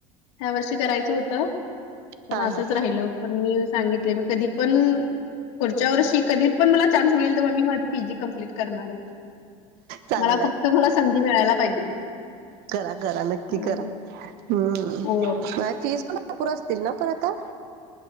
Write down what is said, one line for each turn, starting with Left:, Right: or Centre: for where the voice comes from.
Left: ह्या वर्षी करायचं होत पण
Right: हा
Left: असंच
Right: हा
Left: राहिल. पण मी सांगितले मी कधी पण पुढच्या वर्षी कधी. पण मला चान्स मिळेल तेव्हा मी माझी पीजी कंप्लीट करणार
Right: चांगलंय
Left: मला. तर मला संधी मिळायला पाहिजे.
Right: करा करा नक्की
Left: हो
Right: करा हम्म
Left: हो
Right: फीस पण. नापूर असतील ना पण आता.